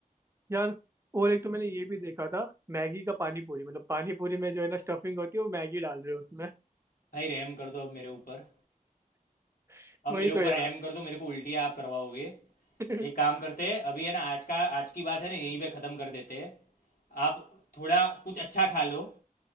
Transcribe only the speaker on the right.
यार और एक तो मैंने ये भी देखा था मैगी का पानी पूरी मतलब पानी पूरी में जो है ना स्टफिंग होती है वो मैगी डाल रहे हैं उसमें
<laughs>
वही
तो
यार
<laughs>